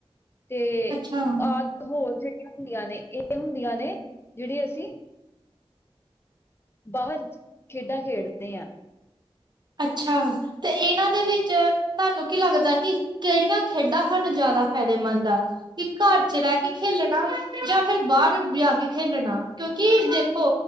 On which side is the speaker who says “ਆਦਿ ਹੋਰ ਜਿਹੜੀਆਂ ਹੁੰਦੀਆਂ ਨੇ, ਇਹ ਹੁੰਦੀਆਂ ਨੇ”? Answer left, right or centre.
Left